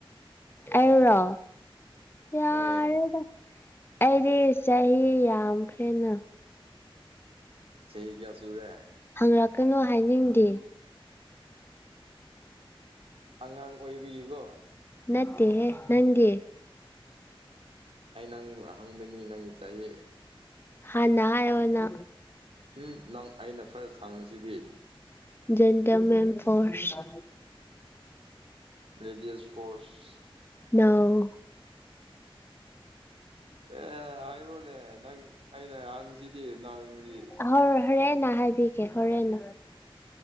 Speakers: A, on the left; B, on the right.
A: ꯑꯔ ꯆꯔꯦꯗ
B: ꯍꯣꯏ
A: ꯑꯩꯗꯤ ꯆꯍꯤ ꯌꯥꯝꯈ꯭ꯔꯦꯅ
B: ꯆꯍꯤ ꯀꯌꯥ ꯁꯨꯔꯦ
A: ꯍꯪꯂꯔꯛꯀꯅꯨ ꯍꯥꯏꯅꯤꯡꯗꯦ
B: ꯑꯉꯥꯡ ꯑꯣꯏꯕꯤꯌꯦꯀꯣ
A: ꯅꯠꯇꯦ ꯅꯪꯒ
B: ꯑꯩ ꯅꯪ ꯍꯪꯕꯅꯤ ꯅꯪꯒꯤ ꯆꯍꯤ
A: ꯍꯥꯟꯅ ꯍꯥꯏꯣꯅ
B: ꯎꯝ ꯅꯪ ꯑꯩꯅ ꯐꯔ ꯁꯪꯤꯁꯤꯗꯤ
A: gentlemen force
B: ladies force
A: ꯅꯣ
B: ꯍꯥꯏꯔꯣꯅꯦ ꯅꯪ ꯑꯩꯅ ꯍꯪꯁꯤꯗꯤ ꯅꯍꯪꯗꯤ
A: ꯍꯔ ꯍꯔꯦꯅ ꯍꯥꯏꯕꯤ ꯀꯦ ꯍꯔꯦꯅ